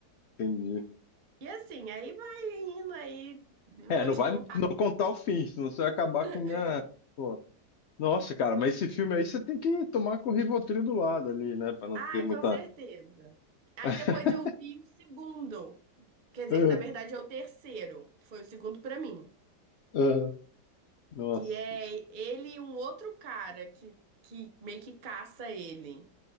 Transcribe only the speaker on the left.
entendi.
É,
não
vai
me- não
contar o fim, senão você vai acabar com minha.
Pô. Nossa, cara, mas esse filme aí você tem que tomar com o Rivotril do lado ali, né? Pra não
ter muita.
<laughs>
Ah,
ah, Nossa,